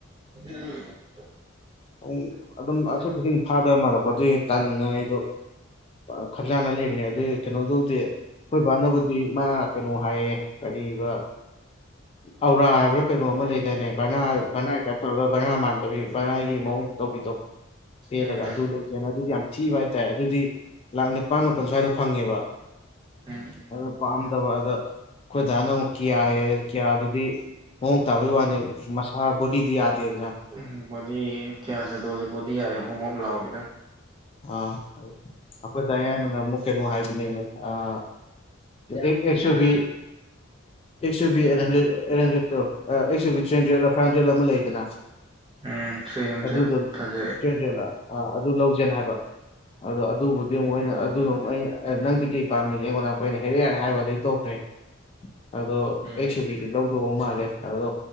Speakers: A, on the right; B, on the left.
A: <unintelligible>
B: ꯑꯃꯨꯛ ꯑꯗꯨꯝ ꯑꯆꯠ ꯈꯨꯗꯤꯡꯒꯤ ꯐꯥꯗ ꯃꯥꯜꯂꯛꯄ ꯑꯗꯨꯏ ꯑꯩ ꯇꯟꯗꯅ ꯑꯩꯗꯣ ꯄꯥ ꯈꯟꯖꯥꯅ ꯂꯩꯕꯅꯦ ꯑꯗꯨꯒꯤ ꯀꯩꯅꯣꯗꯨꯕꯨꯗꯤ ꯑꯩꯈꯣꯏꯕꯥꯅꯕꯨꯗꯤ ꯃꯥ ꯀꯩꯅꯣ ꯍꯥꯏꯌꯦ ꯀꯔꯤꯕ ꯑꯧꯔꯥ ꯍꯥꯏꯕ꯭ꯔꯥ ꯀꯩꯅꯣ ꯑꯃ ꯂꯩꯗꯥꯏꯅꯦ ꯚꯔꯅꯥ ꯚꯔꯅꯥꯏ ꯇꯥꯏꯌꯦꯞ ꯇꯧꯔꯒ ꯚꯔꯅꯥ ꯃꯥꯟꯗꯕꯤ ꯚꯔꯅꯥꯏꯒꯤ ꯃꯑꯣꯡ ꯇꯧꯕꯤꯗꯣ ꯄꯦꯜꯂꯒ
A: ꯎꯝ
B: ꯑꯗꯨ ꯂꯩꯒꯦꯅ ꯑꯗꯨꯗꯤ ꯌꯥꯝ ꯊꯤꯕ ꯍꯥꯏꯇꯥꯔꯦ ꯑꯗꯨꯗꯤ ꯂꯥꯛ ꯅꯤꯄꯥꯟ ꯃꯥꯄꯜ ꯁ꯭ꯋꯥꯏꯗ ꯐꯪꯉꯦꯕ
A: ꯎꯝ
B: ꯑꯗꯣ ꯄꯥꯝꯗꯕ ꯑꯗ ꯑꯩꯈꯣꯏꯗꯥꯅ ꯑꯃꯨꯛ ꯀꯤꯌꯥꯏ ꯑꯌꯦ ꯀꯤꯌꯥꯗꯨꯗꯤ ꯃꯑꯣꯡ ꯇꯥꯕꯒꯤ ꯋꯥꯅꯦ ꯃꯁꯥ ꯕꯣꯗꯤꯗꯤ ꯌꯥꯗꯦꯗꯅ
A: ꯎꯝ ꯕꯣꯗꯤ ꯀꯌꯥ ꯁꯦꯇꯣꯁꯦ ꯕꯣꯗꯤ ꯌꯥꯗꯦ ꯍꯣꯝ ꯍꯣꯝ ꯂꯥꯎꯋꯤꯗ
B: ꯑꯥ ꯑꯩꯈꯣꯏ ꯗꯥ ꯌꯥꯏꯃꯅ‌ ꯑꯃꯨꯛ ꯀꯩꯅꯣ ꯍꯥꯏꯕꯅꯦꯕ ꯑꯦꯛꯁꯣꯕꯤ ꯑꯦꯛꯁꯨ ꯕꯤ ꯑꯩꯠ ꯍꯟꯗ꯭ꯔꯦꯠ ꯑꯩꯠ ꯍꯟꯗ꯭ꯔꯦꯠꯇꯣ ꯑꯦꯛꯁꯨ B three hundred five hundred ꯑꯃ ꯂꯩꯗꯅ
A: ꯎꯝ ꯊ꯭ꯔꯤ ꯍꯟꯗ꯭ꯔꯦꯠ
B: ꯑꯗꯨꯗꯣ
A: ꯐꯖꯩ
B: ꯊ꯭ꯔꯤ ꯍꯟꯗ꯭ꯔꯦꯠꯂ ꯑꯥ ꯑꯗꯨ ꯂꯧꯁꯦꯅ ꯍꯥꯏꯕ ꯑꯗꯣ ꯑꯗꯨꯕꯨꯗꯤ ꯑꯃꯨ ꯑꯩꯅ
A: ꯎꯝ
B: ꯑꯗꯨ ꯑꯃ ꯑꯩ ꯅꯪꯗꯤ ꯀꯩ ꯄꯥꯝꯃꯤ ꯑꯩꯉꯣꯟꯗ ꯑꯩꯅ ꯍꯦꯔꯤꯌꯥꯔ ꯍꯥꯏꯕꯗꯒꯤ ꯇꯣꯛꯈ꯭ꯔꯦ ꯑꯗꯣ
A: ꯎꯝ
B: ꯑꯦꯛ ꯁꯨꯕꯤꯗꯤ ꯂꯧꯗꯧꯕ ꯃꯥꯜꯂꯦ ꯑꯗꯣ